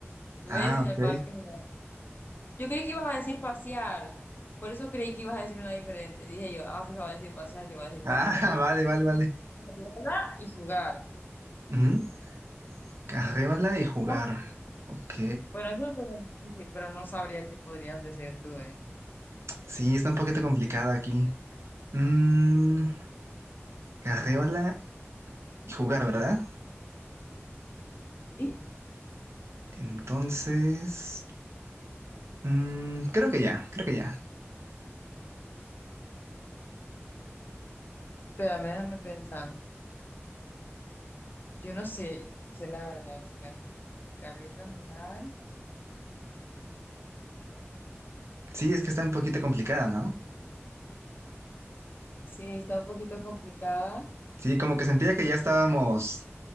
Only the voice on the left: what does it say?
¿Ves?
En
el parque. jugar. Yo creí que ibas a decir pasear. Por eso creí que ibas a decir una diferente. Dije yo, ah, fijo, va a decir pasear, yo voy a decir jugar,
pero.
Jugarla Y jugar.
¿no?
Bueno, eso es lo difícil, pero no sabría qué podrías decir tú, ¿eh?
Y-
Pero déjame pensar. Yo no sé, no sé la verdad, se me hace terrible jugar.
Sí, está un poquito complicada.